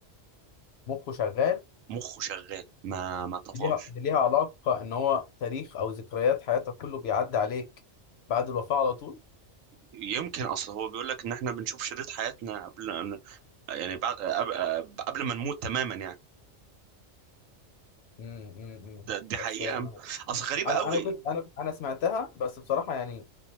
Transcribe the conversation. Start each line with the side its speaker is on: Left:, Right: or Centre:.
Left: مخه شغال
Right: مخه شغال ما ما طفاش
Left: دي ليها دي ليها علاقة ان هو تاريخ او ذكريات حياتك كله بيعدي عليك بعد الوفاة على طول
Right: يمكن أصل هو بيقول لك إن إحنا بنشوف شريط حياتنا قبل أن- يعني بعد قبل قبل ما نموت تماما يعني
Left: امم امم إمم.
Right: ده دي حقيقة
Left: بس آه،
Right: أصل غريبة
Left: انا
Right: قوي
Left: انا كنت انا انا سمعتها بس بصراحة يعني